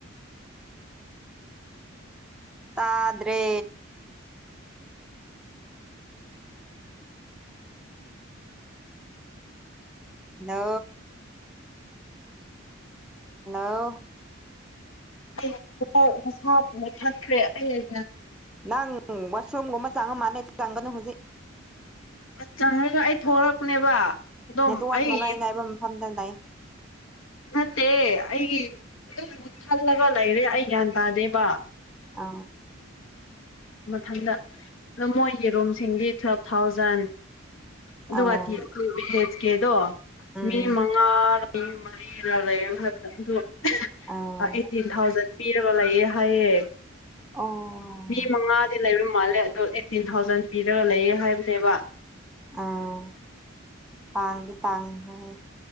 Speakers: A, in the centre; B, on the left.
A: ꯇꯥꯗ꯭ꯔꯦ ꯅ ꯍꯜꯂꯣ
B: ꯑꯩ ꯃꯁꯥꯨꯝꯕ ꯊꯈ꯭ꯔꯦ ꯑꯩ
A: ꯅꯪ ꯋꯥꯁꯔꯨꯝꯒꯨꯝꯕ ꯆꯪꯉ ꯃꯥꯥꯟꯂꯦ ꯆꯪꯒꯅꯨ ꯍꯧꯖꯤꯛ
B: ꯑ ꯆꯪꯉꯒ ꯑꯩ ꯊꯣꯛꯂꯛꯄꯅꯦꯕ ꯗꯣ
A: ꯅꯦꯠꯋꯥꯛ
B: ꯑꯩ
A: ꯅꯨꯡꯉꯥꯏ ꯉꯥꯏꯕ ꯃꯐꯝꯗ ꯂꯩ
B: ꯅꯠꯇ ꯑꯩꯒꯤ ꯑꯗꯨꯝ ꯊꯜꯂꯒ ꯂꯩꯔꯦ ꯑꯩ ꯒ꯭ꯌꯥꯟ ꯇꯥꯗꯦꯕ
A: ꯑ
B: ꯃꯊꯪꯗ ꯑꯗꯣ ꯃꯣꯏꯒꯤ ꯔꯨꯝꯁꯤꯡꯗꯤ ꯇꯨꯋꯦꯜꯞ ꯊꯥꯎꯖꯟ ꯑꯗꯨꯒ
A: ꯑꯥꯎ
B: ꯋꯥꯇꯤ ꯔꯦꯁꯀꯦꯗꯣ
A: ꯎꯝ
B: ꯃꯤ ꯃꯉꯥ ꯃꯤ ꯃꯔꯤꯔ ꯂꯩ ꯍꯥꯏꯕꯗ ꯑꯗꯨ
A: ꯑꯥ
B: ꯑꯩꯠꯇꯤꯟ ꯊꯥꯎꯖꯟ ꯄꯤꯔꯒ ꯂꯩꯥꯛꯑꯦ ꯍꯥꯏꯌꯦ
A: ꯑꯣ
B: ꯃꯤ ꯃꯉꯥꯗꯤ ꯂꯩꯕ ꯃꯥꯜꯂꯦ ꯑꯗꯣ ꯑꯩꯠꯇꯤꯟ ꯊꯥꯎꯖꯟ ꯄꯤꯔꯒ ꯂꯩꯌꯦ ꯍꯥꯏꯕꯅꯦꯕ
A: ꯑꯥ ꯇꯥꯡꯒꯤ ꯇꯥꯡꯉ꯭ꯔꯦꯦ